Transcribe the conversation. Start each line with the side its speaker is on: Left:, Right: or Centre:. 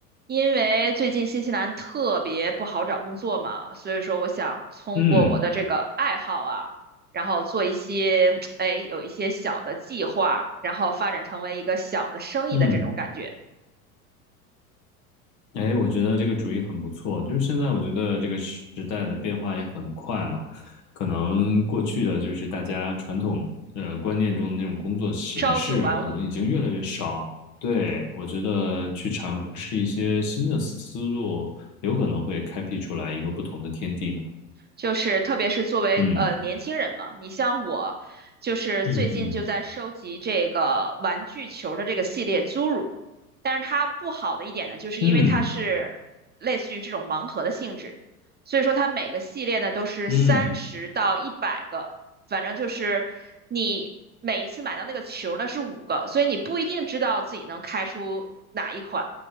Right: 因为最近新西兰特别不好找工作嘛，所以说我想通过我的这个爱好啊，
Left: 嗯
Right: 然后做一些，<tsk> 哎，有一些小的计划，然后发展成为一个小的生意的这种感觉，
Left: 嗯，哎，我觉得这个主意很不错。就是现在，我觉得这个时代的变化也很快嘛，可能过去的就是大家传统呃观念中的那种工作形式，
Right: 朝九晚五，
Left: 可能已经越来越少。对，我觉得去尝试一些新的思路，有可能会开辟出来一个不同的天地呢。
Right: 就是特别是作为呃年轻人嘛，
Left: 嗯
Right: 你像我，就是最近就在收集这个玩具球的这个系列
Left: 嗯
Right: z u 但是它不好的一点呢，就是因为它是类似于这种盲盒的性质，
Left: 嗯
Right: 所以说它每个系列呢都是三十到一百个，
Left: 嗯
Right: 反正就是你每一次买到那个球呢是五个，所以你不一定知道自己能开出哪一款，